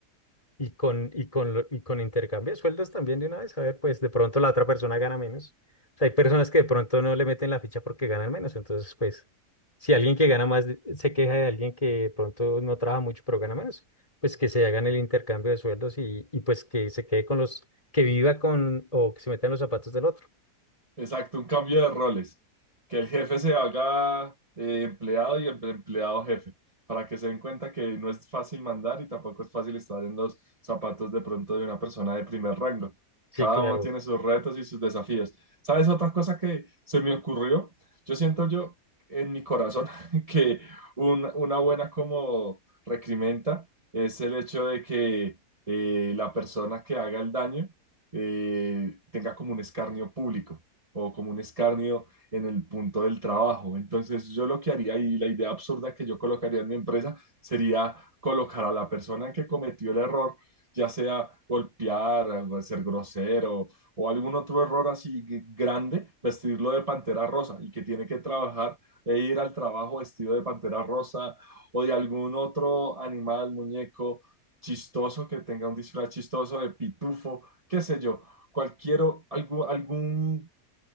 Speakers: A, on the left; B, on the right.
A: y con, y con, lo- y con intercambio de sueldos también de una vez, a ver, pues de pronto la otra persona gana menos. O sea, hay personas que de pronto no le meten la ficha porque ganan menos, entonces pues si alguien que gana más de- se queja de alguien que de pronto no trabaja mucho pero gana menos, pues que se hagan el intercambio de sueldos y, y pues que se quede con los, que viva con o que se meta en los zapatos del otro.
B: Exacto, un cambio de roles. Que el jefe se haga eh, empleado y el empleado jefe, para que se den cuenta que no es fácil mandar y tampoco es fácil estar en los zapatos de pronto de una persona de primer rango.
A: Sí,
B: Cada
A: claro.
B: uno tiene sus retos y sus desafíos. ¿Sabes otra cosa que se me ocurrió? Yo siento yo en mi corazón <laughs> que un- una buena como recrimenta es el hecho de que eh, la persona que haga el daño eh, tenga como un escarnio público o como un escarnio en el punto del trabajo. Entonces yo lo que haría y la idea absurda que yo colocaría en mi empresa sería colocar a la persona que cometió el error, ya sea golpear, o ser grosero o algún otro error así grande, vestirlo de pantera rosa y que tiene que trabajar e ir al trabajo vestido de pantera rosa o de algún otro animal, muñeco chistoso que tenga un disfraz chistoso de pitufo, qué sé yo, cualquier algún, algún